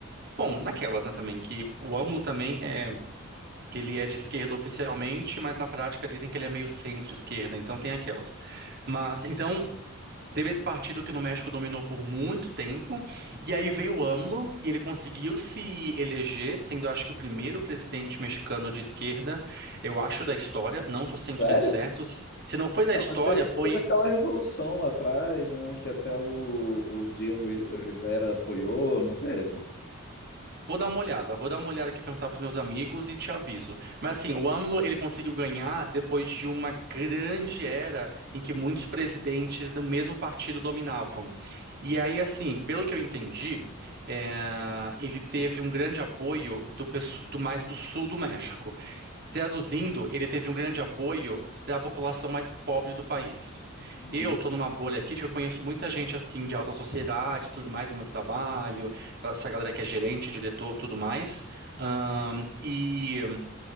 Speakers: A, on the right (about 50°); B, on the left (about 45°).
A: Bom, naquelas, né, também, que o AMLO também é, ele é de esquerda oficialmente, mas na prática dizem que ele é meio centro-esquerda, então tem aquelas. Mas então Teve esse partido que no México dominou por muito tempo, e aí veio o AMLO, e ele conseguiu se eleger, sendo acho que o primeiro presidente mexicano de esquerda, eu acho, da história, não estou 100%
B: Sério?
A: certo. Se não foi da
B: Não,
A: história,
B: mas teve,
A: foi.
B: teve aquela revolução lá atrás, né, que até o, o Diego Rivera apoiou, não teve?
A: Vou dar uma olhada, vou dar uma olhada aqui, perguntar para meus amigos e te aviso. Mas assim, o AMLO ele conseguiu ganhar depois de uma grande era em que muitos presidentes do mesmo partido dominavam. E aí, assim, pelo que eu entendi, eh, ele teve um grande apoio do, pesso- do mais do sul do México. Traduzindo, ele teve um grande apoio da população mais pobre do país.
B: Uhum.
A: Eu tô numa bolha aqui que eu conheço muita gente assim de alta sociedade, e tudo mais no meu trabalho, essa galera que é gerente, diretor, tudo mais. Ahn, e